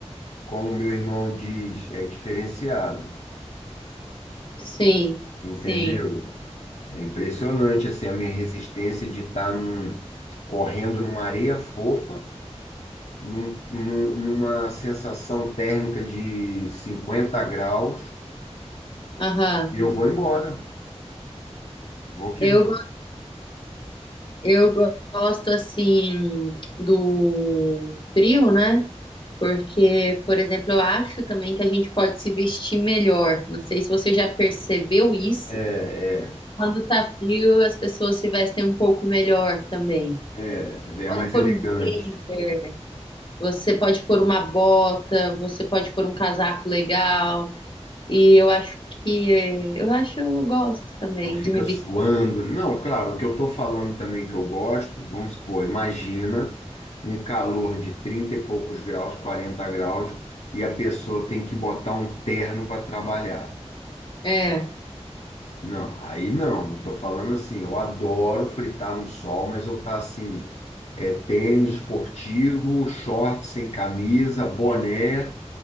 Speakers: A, on the left (about 70°); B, on the left (about 45°).
A: como meu irmão diz, é diferenciado,
B: Sim,
A: entendeu?
B: sim.
A: É impressionante assim a minha resistência de estar correndo numa areia fofa, num- num- numa sensação térmica de 50 graus,
B: Aham.
A: e eu vou embora. Vou que
B: Eu
A: vou.
B: eu gosto assim do frio, né? Porque, por exemplo, eu acho também que a gente pode se vestir melhor. Não sei se você já percebeu isso.
A: É, é,
B: Quando tá frio, as pessoas se vestem um pouco melhor também.
A: é, é
B: Pode
A: mais
B: pôr
A: elegante.
B: um blazer, você pode pôr uma bota, você pode pôr um casaco legal. E eu acho que eh, eu acho, eu gosto também
A: Não fica
B: de me vestir.
A: suando. Não, claro, o que eu estou falando também que eu gosto, vamos supor, imagina um calor de 30 e poucos graus, 40 graus, e a pessoa tem que botar um terno para trabalhar.
B: É,
A: Não, aí não. Eu tô falando assim, eu adoro fritar no sol, mas eu tá assim, é tênis esportivo, short sem camisa, boné